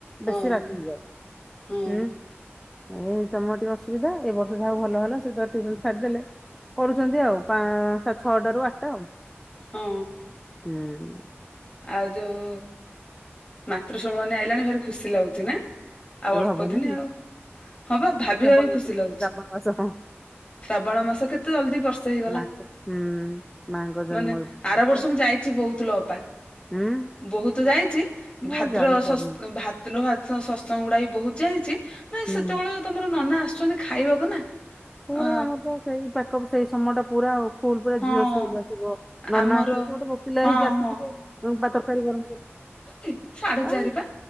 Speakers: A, on the left; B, in the centre.
A: ହଁ
B: ବେଶି ରାତି ହୋଇଯାଏ
A: ହଁ
B: ଉଁ ଏଇ ତମର ଟିକେ ଅସୁବିଧା ଏ ବର୍ଷ ଯାହା ଭଲ ହେଲା ସେ ଟ୍ୟୁସନ ଛାଡି ଦେଲେ। କରୁଛନ୍ତି ଆଉ ପାଁ ଛଅଟ ର ଆଠଟା ଆଉ।
A: ହଁ।
B: ହୁଁ।
A: ଆଉ ଯୋଉ ମାତୃଶମିଳନୀ ଆଇଲାଣି ଭାରି ଖୁସି ଲାଗୁଛି ନା। ଆଉ
B: ଏବେ
A: ଅଳ୍ପ
B: ହବ
A: ଦିନ
B: ନାଇଁ
A: ଆଉ ହଁ ବା ଭାବି
B: ଏ ଶ୍ରାବଣ
A: ଭାବି
B: ମାସ
A: ଖୁସି ଲାଗୁଛି।
B: ଶ୍ରାବଣ ମାସ ହଁ
A: ଶ୍ରାବଣ ମାସ କେତେ ଜଲଦି ବର୍ଷା ହେଇଗଲା
B: ମାଙ୍କ ହୁଁ ମାଙ୍କ ଜନ୍ମ
A: ମାନେ ଆର
B: ମାସ
A: ବର୍ଷ ମୁଁ ଯାଇଛି ବହୁତ ଲ ଅପା।
B: ହୁଁ
A: ବହୁତ ଯାଇଛି
B: ମୁଁ
A: ଭାଦ୍ର
B: ଆଉ ଯାଇପାରୁନି
A: ସ ଭାଦ୍ର ସତ୍ସଙ୍ଗ ଗୁଡା ବି ବହୁତ ଯାଇଛି। ନାଇଁ
B: ହୁଁ।
A: ସେତେବେଳେ ତମର ନନା ଆସୁଛନ୍ତି ଖାଇବାକୁ ନା
B: ପୁରା
A: ଅ
B: ଆମର ତ ସେଇ ପାଖ ସେଇ ସମୟ ଟା ପୁରା ଆଉ ଫୁଲ ପୁରା
A: ହଁ
B: ଝିଅ ସ୍କୁଲ ଆସିବ ନନା
A: ଆମର
B: ଆସିବ ସ ଗୋଟେ ଭୋକିଲା
A: ହଁ
B: ହେଇକି ଆସିଥିବେ
A: ହଁ
B: ମୁଁ ତରକାରୀ ଗରମ
A: ଇ ସାଢ଼େ
B: ଆ
A: ଚାରି ପା।